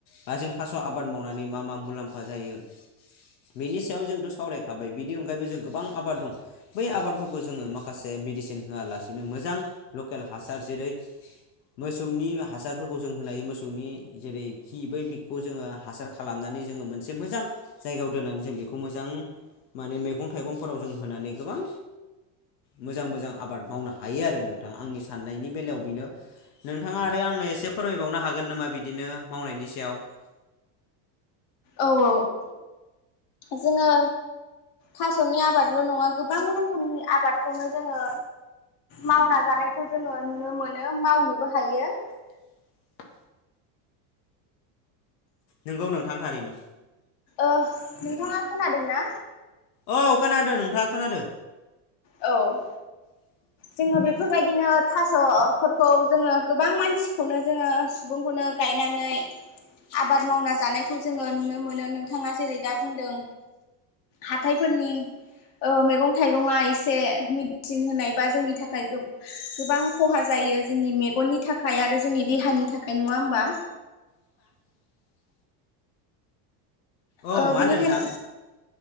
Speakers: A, on the left; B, on the left.
A: बा जों थास' आबाद मावनानै मा मा मुलाम्फा जायो। बेनि सायाव जोंथ सावरायखाबाय बिनि अनगायैबो जों गोबां आबाद दं बै आबादफोरखौ जोंङो माखासे मेडिसिन होआलासिनो मोजां लकेल जेरै मोसौनि हासारफोरखौ जों होनोहायो मोसौनि जेरै खि बैखौ जोंङो हासार खालामनानै जोंङो मोनसे मोजां जायायाव दोननानै जों बेखौ मोजां माने मैगं थाइगंफोराव जों होनानै गोबां मोजां मोजां आबाद मावनो हायो आरो नोंथाङा आंनि सा साननायनि बेलायाव बेनो नोंथाङा आरो आंनो एसे फोरमायबावनो हागोन नामा बिदिनो मावनायनि सायाव? <inaudible>
B: औ औ जोंङो थास'नि आबादल नङा गोबां रोखोमनि आबादखौनो जोंङो मावना जानायखौ जोंङो नुनो मोनो मावनोबो हायो।
A: <inaudible> नंगौ नोंथां थारैनो
B: ओ नोंथाङा खोनादोंना
A: औ खोनादों नोंथाङा खोनादों
B: औ
A: <inaudible>
B: जोंङो बेफोरबायदिनो थासफोरखौ जोंङो गोबां मानसिखौनो जोंङो सुबुंखौनो गायनो अनानै आबाद मावना जानायखौ जोंङो नुनो मोनो नोंथाङा जेरै दा बुंदों हाथायफोरनि ओ मैगं थाइगंआ एसे से मेडिसिन होनाय बा जोंनि थाखाय गोबां खहा जायो जोंनि मेगननि थाखाय आरो जोंनि देहानि थाखाय नङा होमबा
A: <inaudible> औ
B: ओ
A: मा
B: बिनिखायनो
A: होनदों नोंथां?